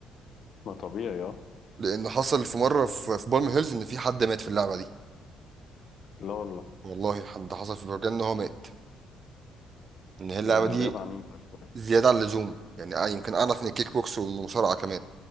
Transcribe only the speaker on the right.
لان حصل في مره في في بالم هيلز ان في حد مات في اللعبه دي
والله حد حصل في برجان ان هو مات ان هي اللعبه
مم. دي
زياده عن اللزوم يعني آه يمكن اعنف من الكيك بوكس والمصارعه كمان